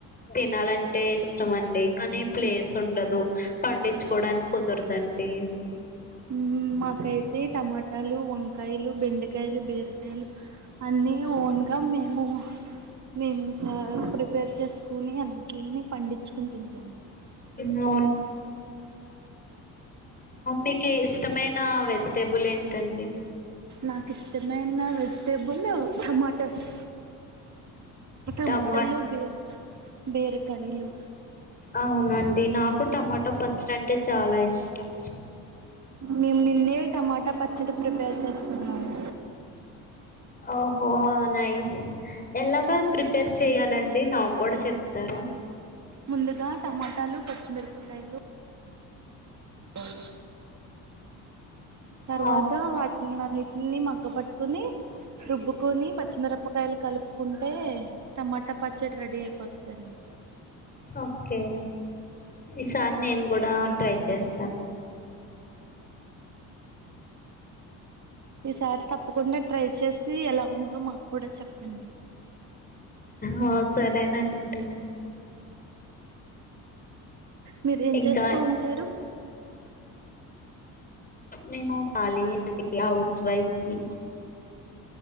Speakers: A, on the left; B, on the right.
A: తినాలంటే ఇష్టం అండి కానీ ప్లేస్ ఉండదు పండించుకోడానికి కుదరదు అండి
B: ఉమ్ మాకైతే టమాటాలు వంకాయలు బెండకాయలు బీరకాయలు అన్నీ ఓన్గా మేము మేముంకా ప్రిపేర్ చేసుకుని అన్నింటిని పండించుకుని తింటము
A: అవునా మీకు ఇష్టమైన వెజిటేబుల్ ఏంటి టండి
B: నాకు ఇష్టమైన వెజిటేబుల్ టమాట స్ టమాటాలు
A: టమా
B: బీర బీరకాయలు
A: అవునండి నా నాకు టమాటా పచ్చడి అంటే చాలా ఇష్టం
B: మేము నిన్నే టమాటా పచ్చడి ప్రిపేర్ చేసుకున్నాను
A: ఓహో నైస్ ఎలాగ ప్రిపేర్ చెయాలండి నాకు కూడా చెప్తారా
B: ముందుగా టమాటాలు పచ్చిమిరపకాయలు బను తర్వాత
A: ఆ,
B: అట్లా అన్నీ ని మక్క పట్టుకుని రుబ్బుకొని పచ్చిమిరపకాయలు కలుపుకుంటే టమాటా పచ్చడి రెడీ అయిపోతదండి
A: ఓకే ఈసారి నేను కూడా ట్రై చేస్తాను
B: ఈసారి తప్పకుండా ట్రై చేసి ఎలా ఉందో మాక్కుడా చెప్పండి
A: ఆ సరేనండి
B: మీరు ఏం
A: ఇంకా
B: చేస్తూ ఉంటారు
A: నేను కాళియేనండి హౌస్ వైఫ్ని